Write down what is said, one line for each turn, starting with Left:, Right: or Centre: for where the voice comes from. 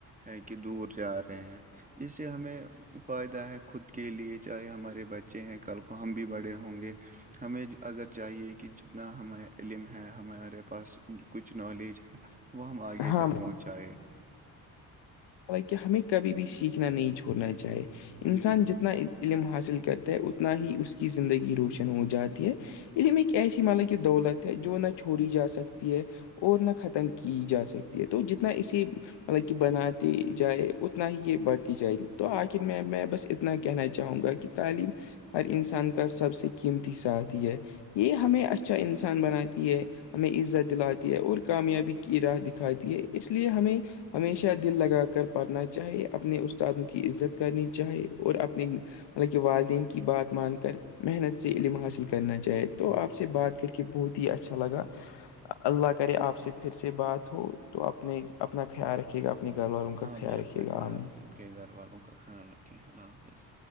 Right: ہے کہ دور جا رہے ہیں اس سے ہمیں فائدہ ہے خود کے لیے چاہے ہمارے بچے ہیں کل کو ہم بھی بڑے ہوں گے ہمیں اگر چاہیے کہ جتنا ہمیں علم ہے ہمارے پاس کچھ نالج ہے وہ ہم آگے
Left: ہاں
Right: تک
Left: بھائی
Right: پہنچائے
Left: حالکہ ہمیں کبھی بھی سیکھنا نہیں چھوڑنا چاہیے انسان
Right: جی
Left: جتنا
Right: بالکل
Left: علم حاصل کرتا ہیں اتنا ہی اس کی زندگی روشن ہو جاتی ہے علم ایک ایسی ملا کی دولت ہے جو نہ چھوڑی جا سکتی ہے اور نہ ختم کی جا سکتی ہے تو جتنا اسی مطلب کہ بنا جائے اتنا ہی یہ بڑھتی جائے گی تو آخر میں میں بس اتنا کہنا چاہوں گا کہ تعلیم ہر انسان کا سب سے قیمتی ساتھ ہے یہ ہمیں اچھا انسان بناتی ہے ہمیں عزت دلاتی ہے اور کامیابی کی راہ دکھاتی ہے اس لیے ہمیں ہمیشہ دل لگا کر پڑھنا چاہے اپنے استادوں کی عزت کرنی چاہے اور اپنی ملک والدین کی بات مان کر محنت سے علم حاصل کرنا چاہے تو آپ سے بات کر کے بہت ہی اچھا لگا اللہ کرے آپ سے پھر سے بات ہو تو اپنے اپنا خیال رکے گا اپنے گھر والوں کا
Right: آپ
Left: خیال
Right: بھی اپنا
Left: رکھیے گا
Right: خیال
Left: آمین
Right: رکھیں اپپ کے گھر والوں کا خیال رکھیں اللہ حافظ